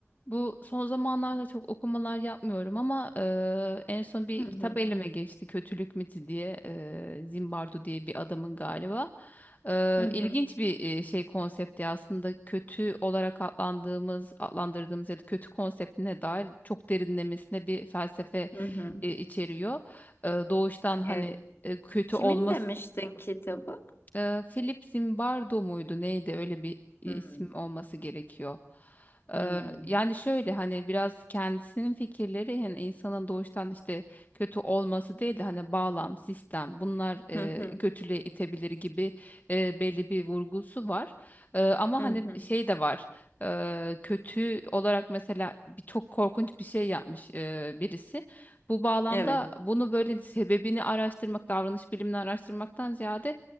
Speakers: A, on the left; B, on the left.
A: Bu son zamanlarda çok okumalar yapmıyorum ama eee, en son bir
B: Hı hı.
A: kitap elime geçti. Kötülük Miti diye eee, Zimbardo diye bir adamın galiba. Eee
B: Hı hı.
A: ilginç bir eee, şey konsepti aslında kötü olarak adlandığımız, adlandırdığımız ya da kötü konseptine dair çok derinlemesine bir felsefe
B: Hı hı.
A: e, içeriyor. Eee, doğuştan hani
B: Evet.
A: e, kötü
B: Kimin
A: olma
B: demiştin kitabı?
A: e, Philip Zimbardo muydu neydi öyle bir isim
B: Hı.
A: olması gerekiyor. E,
B: Hı.
A: yani şöyle hani biraz kendisinin fikirleri hani insanın doğuştan işte kötü olması değil de hani bağlam, sistem bunlar e,
B: Hı hı.
A: kötülüğe itebilir gibi e, belli bir vurgusu var. E, ama
B: Hı
A: hani
B: hı.
A: şey de var. E, kötü olarak mesela bir çok korkunç bir şey yapmış e, birisi. Bu bağlamda
B: Evet.
A: bunu böyle sebebini araştırmak, davranış bilimini araştırmaktan ziyade